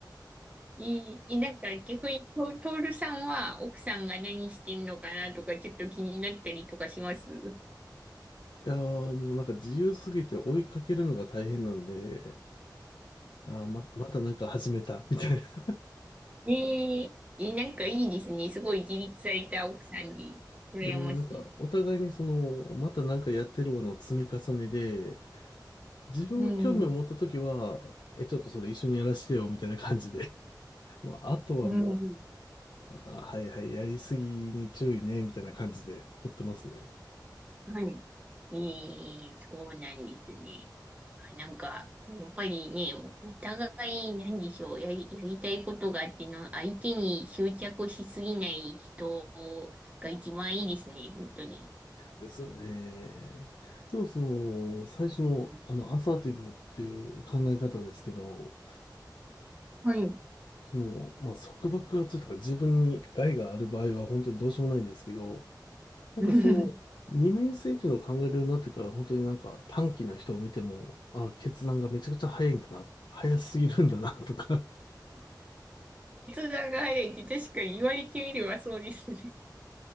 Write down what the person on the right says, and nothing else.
いい、なんか逆にト、トールさんは奥さんが何してんのかなとかちょっと気になったりとかします
えええなんかいいですね。すごい自立された奥さんで、羨ましい。
うん、
うん、
はい。ええそうなんですね。なんか、やっぱりね、おお互い、何でしょう、やり、やりたいことがあっての、相手に執着しすぎない人が一番いいですね、本当に。
うん
はい。
<laughs> 筆
談が早いって確かに言われてみればそうですね。